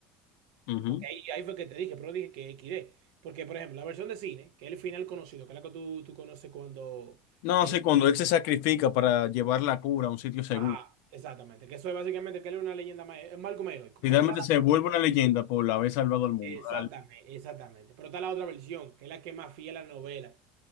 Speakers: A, on the left (about 75°); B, on the right (about 75°).
A: Ujú.
B: Porque ahí, ahí fue que te dije, pero dije que XD. Porque, por ejemplo, la versión de cine, que es el final conocido, que es la que tú, tú conoces cuando...
A: No,
B: El...
A: sí, cuando él se sacrifica para llevar la cura a un sitio seguro,
B: Ajá, exactamente. Que eso es básicamente que él es una leyenda más... Es Malcolm heroico.
A: literalmente
B: Pero está la...
A: se vuelve una leyenda por haber salvado al mundo.
B: Exactamente,
A: Al-
B: exactamente. Pero está la otra versión, que es la que es más fiel a la novela.